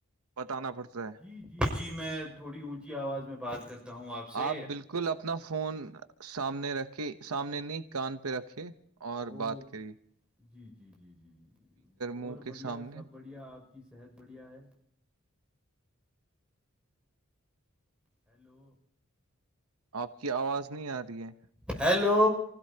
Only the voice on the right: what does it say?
بتانا پڑتا
ہے
آپ بالکل اپنا فون سامنے رکھے سامنے نہیں کان پہ رکھے اور
بات کری
منہ کے
سامنے
آپ کی آواز نہیں آ رہی ہے